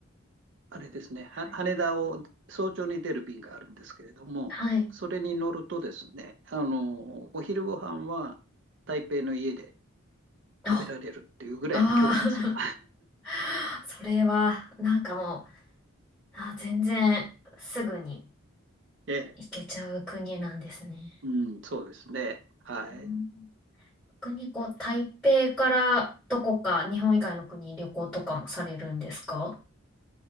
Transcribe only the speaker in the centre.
はい。はい
あ、
あー <laughs> それは、なんかもう、あ、全然すぐに
行けちゃう国なんですね。
うん逆にこう、台北からどこか日本以外の国に旅行とかもされるんですか